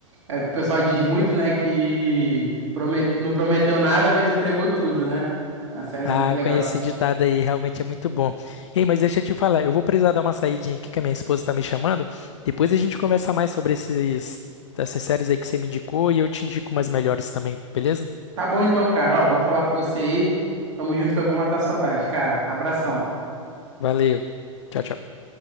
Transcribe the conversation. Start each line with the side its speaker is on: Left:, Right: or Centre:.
Right: é, o pessoal diz muito, né, que promete... não prometeu nada, mas entregou tudo, né? A série é muito
Left: Ah,
Right: legal.
Left: eu conheço esse ditado aí, realmente é muito bom. Ei, mas deixa eu te falar, eu vou precisar dar uma saidinha aqui que a minha esposa tá me chamando. Depois a gente conversa mais sobre esses, essas séries aí que você me indicou e eu te indico umas melhores também, beleza?
Right: Tá bom então, cara. Ó, bom falar com você aí. Tamo junto, foi bom matar a saudade, cara. Abração.
Left: Valeu. Tchau, tchau.